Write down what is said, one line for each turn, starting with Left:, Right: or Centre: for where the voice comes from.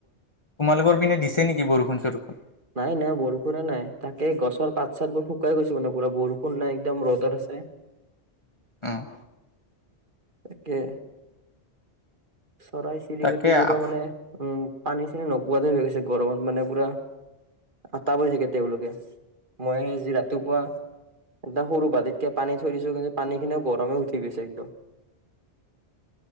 Left: তোমালোকৰ পিনে দিছে নেকি বৰষুণ চৰষুণ।
Right: নাই, নাই বৰষুণে নাই। তাকেই গছৰ পাত চাত বোৰ শুকাই গৈছে মানে পুৰা বৰষুণ নাই, একদম ৰ'দত আছে।
Left: উম।
Right: তাকে চৰাই চিৰিকতিবোৰো
Left: তাকে আপ
Right: মানে উম। পানী চানি নোপোৱা যেন হৈ গৈছে। গৰমত মানে পুৰা আটাহ পাৰি থাকে তেওঁলোকে। মই আজি ৰাতিপুৱা একদম সৰু বাল্টিতকে পানী থৈ দিছো কিন্তু পানী খিনিও গৰমে উঠি গৈছে একদম।